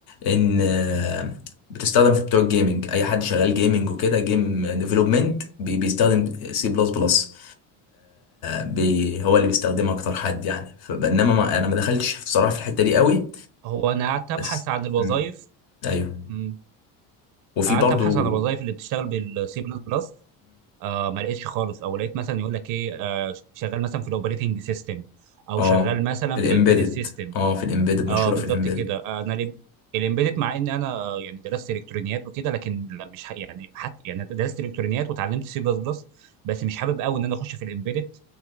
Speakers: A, on the left; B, on the right.
A: ان آه، بتستخدم في بتوع الجيمنج اي حد شغال جيمنج وكده جيم ديفلوبمنت بيستخدم سي بلس بلس بي هو اللي بيستخدمها اكتر حد يعني فبينما ما انا ما دخلتش بصراحه في الحته دي قوي
B: هو انا قعدت ابحث
A: بس
B: عن الوظائف
A: مم. ايوه
B: مم.
A: وفي
B: قعدت
A: برضو
B: ابحث عن الوظائف اللي بتشتغل بالسي بلس بلس آه ما لقيتش خالص او لقيت مثلا يقول لك ايه آه شغال مثلا في الاوبريتنج سيستم او
A: اه
B: شغال مثلا
A: في
B: في
A: الامبيدد
B: الامبيدد سيستم
A: اه في الامبيدد
B: اه
A: مشهوره
B: بالظبط
A: في الامبيدد
B: كده آه، انا الإم- الامبيدد مع ان انا آه، يعني درست الكترونيات وكده لكن لا، مش ح... يعني حتى يعني درست الكترونيات وتعلمت سي بلس بلس بس مش حابب قوي ان انا اخش في الامبيدد